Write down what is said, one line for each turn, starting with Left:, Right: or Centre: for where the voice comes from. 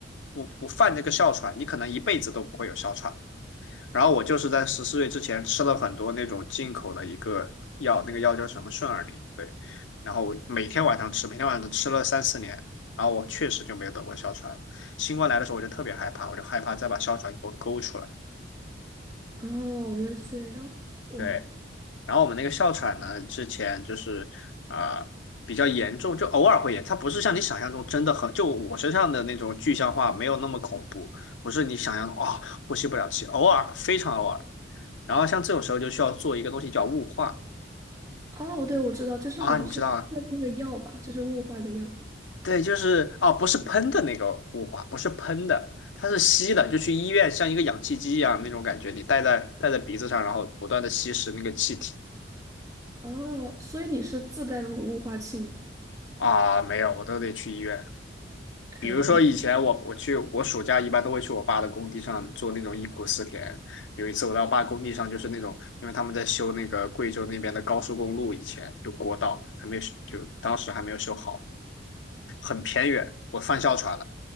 Left: 不不犯这个哮喘，你可能一辈子都不会有哮喘。然后我就是在十四岁之前吃了很多那种进口的一个药，那个药叫什么顺尔宁，对。然后我每天晚上吃，每天晚上都吃了三四年，然后我确实就没有得过哮喘。新冠来的时候我就特别害怕，我就害怕再把哮喘给我勾出来。
Right: 哦，原来是这样。哇，
Left: 对，然后我们那个哮喘呢，之前就是啊、呃比较严重，就偶尔会严，它不是像你想象中真的很，就我身上的那种具象化没有那么恐怖，不是你想象的啊、哦呼吸不了气，偶尔非常偶尔。然后像这种时候就需要做一个东西叫雾化
Right: 哦，对，我知道，就是好像是是那个药吧，
Left: 啊，你知道啊？
Right: 就是雾化的药。
Left: 对，就是哦，不是喷的那个雾化，不是喷的，它是吸的，就去医院像一个氧气机一样那种感觉，你戴在戴在鼻子上，然后不断的吸食那个气体
Right: 哦，所以你是自带那种雾化器吗？
Left: 啊，没有，我都得去医院。比如说以前我我去我暑假一般都会去我爸的工地上做那种忆苦思甜。
Right: 哎。
Left: 有一次我到我爸工地上，就是那种因为他们在修那个贵州那边的高速公路，以前就国道还没有修就当时还没有修好，很偏远。我犯哮喘了，